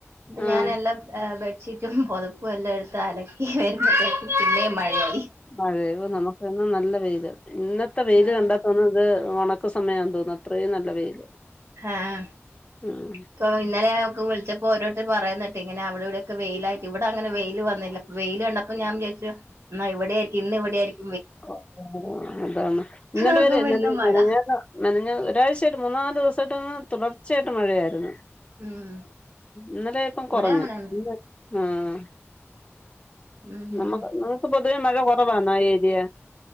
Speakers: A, on the right; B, on the left.
A: അപ്പ
B: ആഹ്
A: ഞാനെല്ലാം ഏഹ് വെ ചുറ്റും പുതപ്പും എല്ലാം എടുത്ത് അലക്കി വരുമ്പോഴത്തേക്കും പിന്നേ മഴയായി
B: അതെ നമുകെന്നും നല്ല വെയിയില് ഇന്നത്തെ വെയില്
A: ആഹ്
B: കണ്ടാതോന്നും ഇത് ഉണക്ക സമയ തോന്നുന്നു അത്രയും നല്ല വെയില്
A: ആഹ് ആഹ്
B: മ്മ്
A: ഇപ്പൊ ഇന്നലെ ഞ ഓക്ക് വിളിച്ച ഇപ്പോ ഓരോർത്തര് പറയന്നട്ടഇങ്ങനെ അവിടെക്കെ വെയിലായിട്ട് ഇവിടെ അങ്ങനെ വെയിൽ വന്നില്ല വെയില് കണ്ടപ്പോ ഞാൻ വിചാര്ച്ചു ന്നാ ഇവടെക്കെ ഇന്ന് ഇവിടേക്കും
B: ഓ അതാണ് ഇന്നലെ
A: നോക്കുമ്പോ
B: വരെഞാന്
A: ഇന്ന് മഴ
B: മെനഞ്ഞാന്ന് മെനഞ്ഞ ഒരാഴ്ച ആയിട്ട് മൂന്നാല് ദിവസായിട്ട്ന്ന് തുടർച്ച ആയിട്ട് മഴ ആയിരുന്നു
A: ഉം
B: ഇന്നലെ ഇപ്പം
A: ഇവിടെ
B: കുറഞ്ഞ്
A: അങ്ങനെന്നെ
B: ആഹ്
A: ഉം
B: നമ്മക്ക് നമുക്ക് പൊതുവേ മഴ കുറവാണോ ഈ ഏരിയ